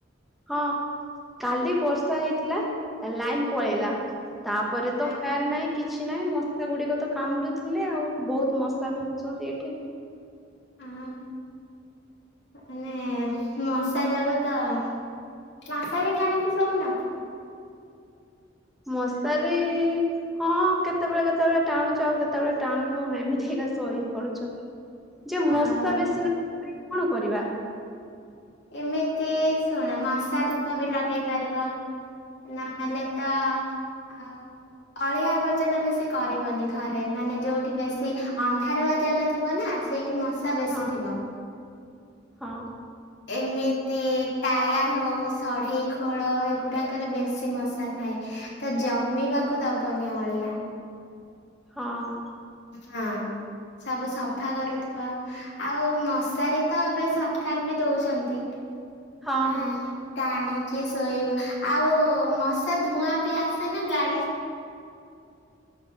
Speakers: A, in the centre; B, on the left (about 65°).
A: ହଁ କାଲି ବର୍ଷା ହେଇଥିଲା ଲାଇନ ପଳେଇଲା।
B: ହଁ
A: ତାପରେ
B: ହଁ
A: ତ ଫ୍ୟନ୍ ନାଇଁ କିଛି ନାହିଁ ମସା ଗୁଡିକ ତ କାମୁଡୁଥିଲେ ଆଉ ବହୁତ ମସ ସା ବି ହଉଛନ୍ତି ଏଠି
B: <inaudible> ହଁ ବା ମାନେ ମଶା ଯୋଗୁ ତ ମଶାରୀ ଟାଣିକି ଶୋଉନକି।
A: ମଶାରି ହଁ କେତେବେଳେ କେତେବେଳେ ଟାଣୁଚୁ ଆଉ କେତେବେଳେ ଟାଣୁନୁ ଏମିତି ଏକା ସ ସୋଇ ପଡୁଛୁ। ଯେ ମଶା
B: ଆଉ
A: ବେଶୀ <inaudible> ନ କଣ କରିବା।
B: ଏମିତି ଶୁଣ ମଶା ଧୂପ ବି ଲଗେଇ ପାରିବ। ନାହଲେ ତ ଆଉ। ଅଳିଆ ଆବର୍ଜନା ବେଶୀ କରିବନି, ଘରେ ମାନେ ଯୋଉଠି ବେଶୀ ଅନ୍ଧାରୁଆ ଜାଗା ଥିବନା ସେଇଠି ମଶା ବେଶୀ
A: ହଁ
B: ଥିବ।
A: ହଁ
B: ଏମିତି ଟାୟାର ହଉ ସଢ଼େଇ ଖୋଳ ଏଗୁଡାକରେ ବେଶୀ ମଶା ଥାଏ। ତ ଜମିବାକୁ ଦବନି ଅଳିଆ।
A: ହଁ
B: ହଁ ସବୁ ସଫା କରୁଥିବା। ଆଉ ମଶାରୀ ତ ଏବେ ସରକାର ବି ଦଉଛନ୍ତି।
A: ହଁ।
B: ଆଁ ଟାଣିକି ଶୋଇବା ଆଉ ମଶା ଧୂଆଁ ବି ଆସେ ନା ଗାଡି